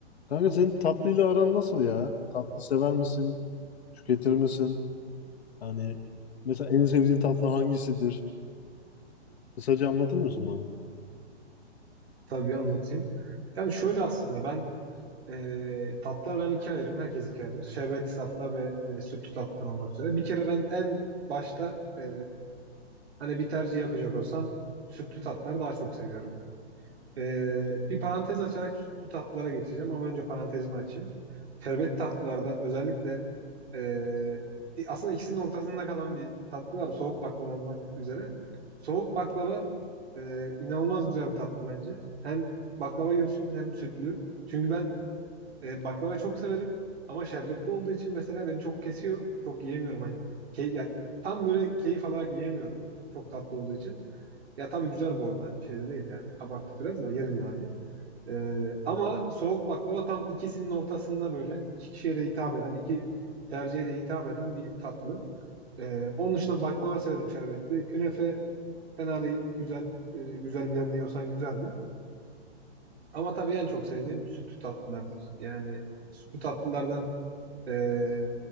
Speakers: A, on the left; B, on the right.
A: Kanka senin tatlıyla aran nasıl ya? Tatlı sever misin? Tüketir misin? Hani mesela en sevdiğin tatlı hangisidir? Kısaca anlatır mısın bana?
B: Tabii anlatayım. Yani şöyle aslında ben e, tatlar ben ikiye ayırırım. Herkes ikiye ayırır. Şerbetli tatlar ve e, sütlü tatlar olmak üzere. Bir kere ben en başta e, hani bir tercih yapacak olsam sütlü tatları daha çok seviyorum. Ee, bir parantez açarak sütlü tatlılara geçeceğim ama önce parantezimi açayım. Şerbet tatlılarda özellikle ee, aslında ikisinin ortasında kalan bir tatlı var soğuk baklava olmak üzere. Soğuk baklava ee, inanılmaz güzel bir tatlı bence. Hem baklava yiyorsun hem sütlü. Çünkü ben e, baklavayı çok severim ama şerbetli olduğu için mesela beni çok kesiyor. Çok yiyemiyorum hani. Key yani tam böyle keyif alarak yiyemiyorum. Çok tatlı olduğu için. Ya tabii güzel bu arada hani şeyde değil yani. Abarttık biraz da yeriz yani. Ee, ama soğuk baklava tam ikisinin ortasında böyle iki kişiye de hitap eden, iki tercihe de hitap eden bir tatlı. Ee, onun dışında baklava severim şerbetli. Künefe fena değil. Güzel, e, güzel bir yerde yiyorsan güzeldir. Ama tabii en çok sevdiğim sütlü tatlılardır. Yani sütlü tatlılardan e,